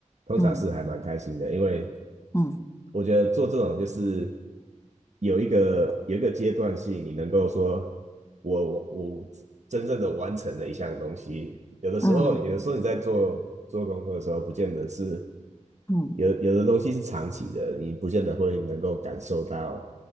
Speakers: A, on the right; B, on the left.
A: 通常是还蛮开心的，
B: 嗯
A: 因为
B: 嗯
A: 我觉得做这种就是有一个有一个阶段性，你能够说我我我真正的完成了一项东西。有的时候，
B: 嗯
A: 有的时候你在做做工作的时候，不见得是
B: 嗯
A: 有有的东西是长期的，你不见得会能够感受到